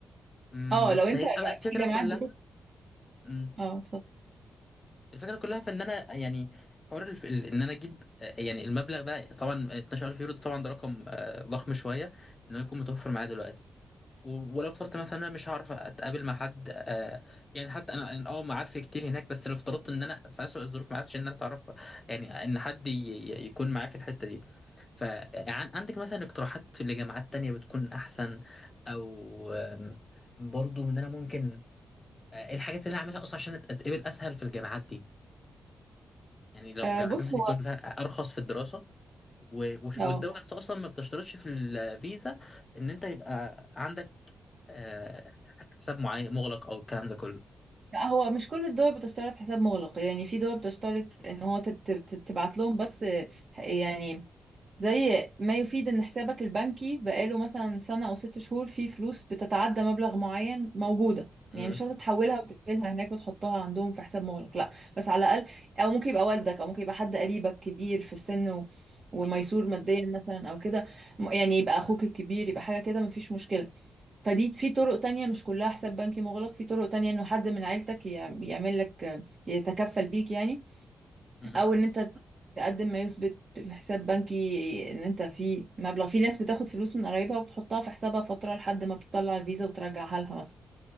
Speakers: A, on the left; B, on the right.
A: مم،
B: اه
A: بس
B: لو انت
A: هيبقى بقى الفكره
B: في جامعات
A: كلها
B: دلوقتي
A: مم.
B: اه اتفضل
A: الفكره كلها في ان انا يعني حوار الف... ال- ان انا اجيب آه، يعني المبلغ ده طبعا 12000 يورو ده طبعا ده رقم آه، ضخم شويه ان هو يكون متوفر معايا دلوقتي و- ولو افترضت مثلا انا مش هعرف اتقابل مع حد آه، يعني حتى انا أنا اه معارفي كتير هناك بس لو افترضت ان انا في اسوء الظروف ما عرفتش ان انا اتعرف يعني ان حد ي... ي- يكون معايا في الحته دي فعندك مثلا اقتراحات لجامعات تانية بتكون احسن او آم، برضو ان انا ممكن آه، الحاجات اللي انا اعملها اصلا عشان أت- اتقبل اسهل في الجامعات دي يعني لو
B: آه
A: جامعات
B: بص
A: مثلا
B: هو
A: يكون فيها ارخص في الدراسه و- وش-
B: اه
A: والدوله نفسها اصلا ما بتشترطش في الفيزا ان انت يبقى عندك آه، حساب معين مغلق او الكلام ده كله
B: لا هو مش كل الدول بتشترط حساب مغلق يعني في دول بتشترط ان هو تت- تت- تبعت لهم بس آه، يعني زي ما يفيد ان حسابك البنكي بقاله مثلا سنة او ست شهور فيه فلوس بتتعدى مبلغ معين موجودة
A: مم.
B: يعني مش شرط تحولها وتقفلها هناك وتحطها عندهم في حساب مغلق لا بس على الاقل او ممكن يبقى والدك او ممكن يبقى حد قريبك كبير في السن و... وميسور
A: آه.
B: ماديا مثلا او كده م- يعني يبقى اخوك الكبير يبقى حاجة كده مفيش مشكلة فدي في طرق تانية مش كلها حساب بنكي مغلق في طرق تانية انه حد من عيلتك يع- يعمل لك يتكفل بيك يعني
A: مم.
B: او ان انت تقدم ما يثبت في حساب بنكي ان انت في مبلغ في ناس بتاخد فلوس من قرايبها وبتحطها في حسابها فترة لحد ما بتطلع الفيزا وترجعها لها مثلا